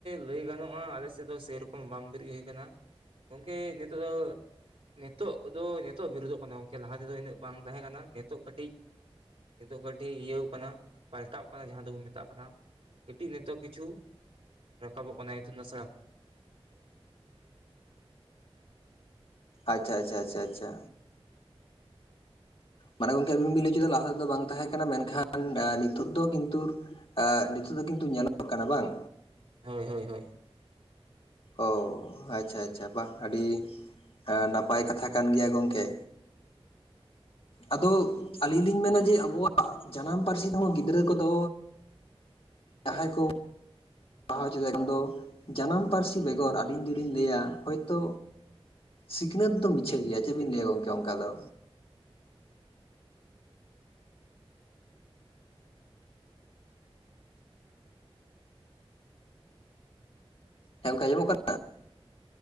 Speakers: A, on the right; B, on the left.
A: ᱞᱟᱹᱭ ᱜᱟᱱᱚᱜᱼᱟ ᱟᱞᱮ ᱥᱮᱫ ᱫᱚ ᱥᱮᱨᱚᱠᱚᱢ ᱵᱟᱝ ᱵᱤᱨᱤᱫ ᱦᱩᱭ ᱟᱠᱟᱱᱟ ᱜᱚᱝᱠᱮ ᱱᱤᱛᱚᱜ ᱫᱚ ᱱᱤᱛᱚᱜ ᱫᱚ ᱱᱤᱛᱚᱜ ᱵᱤᱨᱩᱫᱚᱜ ᱠᱟᱱᱟ ᱜᱚᱝᱠᱮ ᱞᱟᱦᱟ ᱛᱮᱫᱚ ᱤᱱᱟᱹᱜ ᱵᱟᱝ ᱛᱟᱦᱮᱸ ᱠᱟᱱᱟ ᱱᱤᱛᱚᱜ ᱠᱟᱹᱴᱤᱡ ᱱᱤᱛᱚᱜ ᱠᱟᱹᱴᱤᱡ ᱤᱭᱟᱹᱣ ᱟᱠᱟᱱᱟ ᱯᱟᱞᱴᱟᱣ ᱠᱟᱱᱟ ᱡᱟᱦᱟ ᱫᱚᱵᱚᱱ ᱢᱮᱛᱟᱜ ᱠᱟᱱᱟ ᱠᱟᱹᱴᱤᱡ ᱱᱤᱛᱚᱜ ᱠᱤᱪᱷᱩ ᱨᱟᱠᱟᱵᱚᱜ ᱠᱟᱱᱟᱭ <inaudible>
B: ᱟᱪᱷᱟ ᱟᱪᱷᱟ ᱟᱪᱷᱟ ᱟᱪᱷᱟ ᱢᱟᱱᱮ ᱜᱚᱝᱠᱮ ᱟᱵᱤᱱ ᱵᱤᱱ ᱞᱟᱹᱭ ᱚᱪᱚᱭ ᱫᱟ ᱞᱟᱦᱟ ᱛᱮᱫᱚ ᱵᱟᱝ ᱛᱟᱦᱮᱸ ᱠᱟᱱᱟ ᱢᱮᱱᱠᱷᱟᱱ ᱱᱤᱛᱚᱜ ᱫᱚ ᱠᱤᱱᱛᱩᱨ ᱮᱻ ᱱᱤᱛᱚᱜ ᱫᱚ ᱠᱤᱱᱛᱩ ᱧᱮᱞᱚᱜ ᱠᱟᱱᱟ ᱵᱟᱝ?
A: ᱦᱳᱭ ᱦᱳᱭ ᱦᱳᱭ
B: ᱚᱻ ᱟᱪᱷᱟ ᱟᱪᱷᱟ ᱵᱟᱦ ᱟᱹᱰᱤ ᱱᱟᱯᱟᱭ ᱠᱟᱛᱷᱟ ᱠᱟᱱ ᱜᱮᱭᱟ ᱜᱚᱝᱠᱮ ᱟᱫᱚ ᱟᱹᱞᱤᱧ ᱞᱤᱧ ᱢᱮᱱᱟ ᱡᱮ ᱟᱵᱚᱣᱟᱜ ᱡᱟᱱᱟᱢ ᱯᱟᱹᱨᱥᱤ ᱛᱮᱦᱚᱸ ᱜᱤᱫᱽᱨᱟᱹ ᱠᱚᱫᱚ ᱡᱟᱦᱟᱸᱭ ᱠᱚ <inaudible> <inaudible> ᱩᱱ ᱫᱚ ᱡᱟᱱᱟᱢ ᱯᱟᱹᱨᱥᱤ ᱵᱮᱜᱚᱨ ᱟᱹᱵᱤᱱ ᱡᱩᱫᱤᱧ ᱞᱟᱹᱭᱟ ᱦᱚᱭᱛᱳ ᱥᱤᱠᱷᱱᱟᱹᱛ ᱫᱚ ᱢᱤᱪᱷᱟᱹ ᱜᱮᱭᱟ ᱪᱮᱫᱵᱤᱱ ᱞᱟᱹᱭᱟ ᱜᱚᱝᱠᱮ ᱚᱱᱠᱟ ᱫᱚ ᱦᱮᱸ ᱜᱚᱝᱠᱮ ᱟᱸᱡᱟᱜ ᱠᱟᱱᱟ᱾